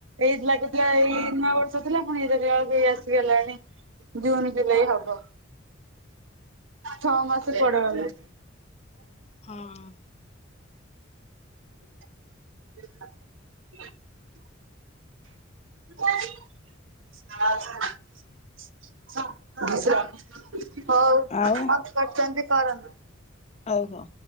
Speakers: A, on the right; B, on the left.
A: ଏଇ ଲାଗୁଥିଲା ଏଇ ନୂଆ ବର୍ଷ ଷ ଥିଲା ପୁଣି ଏଇରା ବି ଆଉ ବି ଏଇ ଆସିଗଲାଣି ଜୁନ୍ ଜୁଲାଇ ହବ। ଛଅ ମାସ କୁଆଡେ ଗଲା।
B: ହଁ।
A: <inaudible> <inaudible> ହଉ କଣ କରୁଚନ୍ତି
B: ହଉ
A: କରନ୍ତୁ।
B: ଆଉ ହୋ।